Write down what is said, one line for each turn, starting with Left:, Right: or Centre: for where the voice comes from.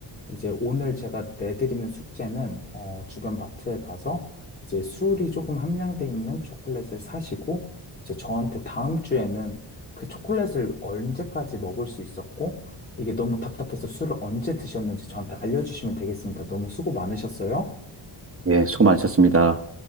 Left: 이제 오늘 제가 내드리는 숙제는 어, 주변 마트에 가서 이제 술이 조금 함량돼 있는 초콜릿을 사시고 이제 저한테 다음 주에는 그 초콜릿을 언제까지 먹을 수 있었고 이게 너무 답답해서 술을 언제 드셨는지 저한테 알려주시면 되겠습니다. 너무 수고 많으셨어요.
Right: 예, 수고 많으셨습니다.